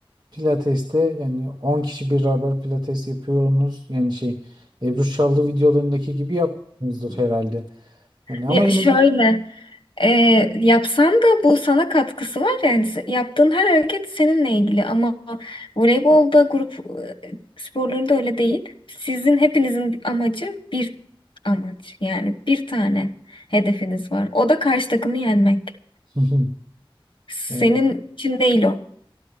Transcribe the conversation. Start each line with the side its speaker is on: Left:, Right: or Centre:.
Right: Pilates'te yani 10 kişi beraber pilates yapıyorsunuz. Yani şey Ebru Şallı videolarındaki gibi yapmıyorsunuzdur herhalde. Hani ama
Left: Ya
Right: yine
Left: şöyle
Right: de
Left: E, yapsan da bu sana katkısı var yani se- yaptığın her hareket seninle ilgili ama voleybolda grup e, sporlarında öyle değil. Sizin hepinizin amacı bir amaç yani bir tane hedefiniz var. O da karşı takımı yenmek.
Right: <laughs>
Left: Senin
Right: E,
Left: için değil o.